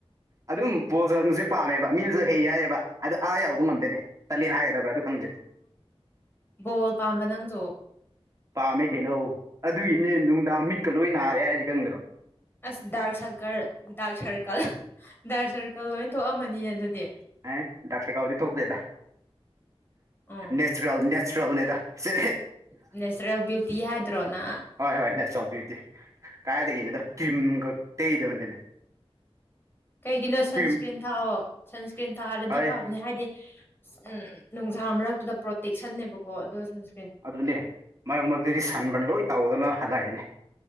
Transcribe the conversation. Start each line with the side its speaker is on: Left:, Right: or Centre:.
Right: ꯑꯗꯨꯝ ꯕꯣꯜꯁꯅꯁꯦ ꯄꯥꯝꯃꯦꯕ ꯃꯤꯅꯁꯨ ꯍꯩ ꯌꯥꯏꯑꯕ ꯑꯗ ꯑꯥ ꯌꯥꯎꯕ ꯉꯝꯗꯦꯅꯦ ꯇꯜꯂꯦ ꯍꯥꯏꯒꯗꯕ꯭ꯔꯥ ꯑꯗꯨ ꯈꯪꯗꯦ
Left: ꯀꯣꯜ ꯄꯥꯝꯕ ꯅꯪꯖꯨ
Right: ꯄꯥꯝꯃꯦ ꯀꯩꯅꯣ ꯑꯗꯨꯒꯤꯅꯦ ꯅꯨꯡꯗꯥꯡ ꯃꯤꯠꯀ ꯂꯣꯏ ꯅꯥꯔꯦ ꯍꯥꯏꯁꯦ ꯈꯪꯗ꯭ꯔꯣ
Left: ꯑꯁ dark circle dark circle dark circle ꯂꯣꯏ ꯊꯣꯛꯑꯝꯃꯅꯤꯅꯦ ꯑꯗꯨꯗꯤ
Right: ꯑꯦ ꯗꯥꯛ ꯁꯔꯀꯜꯗꯤ ꯊꯣꯛꯇꯦꯗ
Left: ꯑꯣ
Right: ꯅꯦꯆꯔꯦꯜ ꯅꯦꯆꯔꯦꯜꯅꯦꯗ ꯢꯁ
Left: ꯅꯦꯆꯔꯦꯜ ꯕ꯭ꯌꯨꯇꯤ ꯍꯥꯏꯗ꯭ꯔꯣꯅ
Right: ꯍꯣꯏ ꯍꯣꯏ ꯅꯦꯆꯔꯦꯜ ꯕ꯭ꯌꯨꯇꯤ ꯀꯥꯏꯗꯒꯤꯅꯣꯗ ꯀꯤꯝꯒ ꯇꯩꯗꯕꯅꯦꯗ
Left: ꯀꯩꯒꯤꯅꯣ ꯁꯟꯁꯀ꯭ꯔꯤꯟ
Right: ꯀ꯭ꯔꯤꯝ
Left: ꯊꯥꯛꯑꯣ ꯁꯟꯁꯀ꯭ꯔꯤꯟ ꯊꯥꯔꯗꯤ
Right: ꯍꯣꯏ
Left: ꯐꯕꯅꯦ ꯍꯥꯏꯗꯤ ꯎꯝ ꯅꯨꯡꯁꯥ ꯃꯔꯛꯇꯨꯗ ꯄ꯭ꯔꯣꯇꯦꯛꯁꯟꯅꯦꯕꯀꯣ ꯑꯗꯣ ꯁꯟꯁꯀ꯭ꯔꯤꯟ
Right: ꯑꯗꯨꯅꯦ ꯃꯔꯛ ꯃꯔꯛꯇꯗꯤ ꯁꯟꯕꯔꯟ ꯂꯣꯏ ꯇꯥꯎꯗꯅ ꯍꯜꯂꯛꯏꯅꯦ